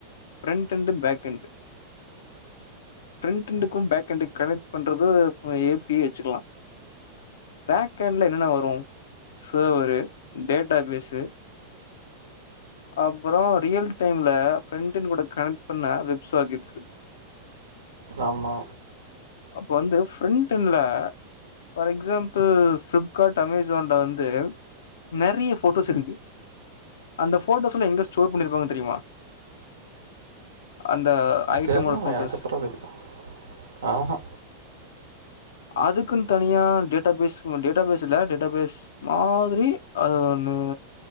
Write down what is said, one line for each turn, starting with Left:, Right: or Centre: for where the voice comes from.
Left: front and backend frontend க்கும் பேக்அண்டுக்கும் கனெக்ட் பண்றது ஏ பி வச்சுக்கலா பேக்ண்ட்ல என்னன்ன வரு சேவர் டேட் டா பேஸ்சு அப்றோ ரியல் டைம்ல பிரிண்டட் கூட கனெக்ட் பண்ண வெப் சாக்கெட்ஸ்
Right: ஆமா
Left: அப்ப வந்து ஃப்ரண்ட்என்ட்லல பார் எக்ஸாம்பிள் ஃப்ளிப்கார்ட் அமேசான் ல வந்து நிறைய போட்டோஸ் இருக்கு அந்த போட்டோஸ ல இந்த ஸ்டோர் பண்ணு வாங்கனு தெரியுமா அந்த ஐட்டமோட
Right: தெர்லண்ணா
Left: போட்டோஸ்
Right: எனக்கு எப்பட்றா தெரியு ஆஹா
Left: அதுக்கும் தா நீயா டேட்டாபேஸ் டேட்டாபேஸ் இல்ல டேட்டாபேஸ் மாதிரி அது ஒன்னு